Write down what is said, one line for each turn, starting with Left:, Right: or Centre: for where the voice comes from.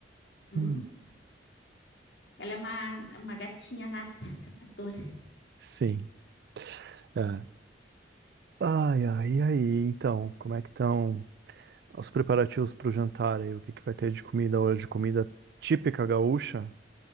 Left: Hum,
Right: Hum.
Left: ela é uma, uma gatinha nata, caçadora.
Right: Sim. é. Ai, ai, e aí? Então, como é que estão os preparativos para o jantar aí? O que que vai ter de comida hoje? Comida típica gaúcha?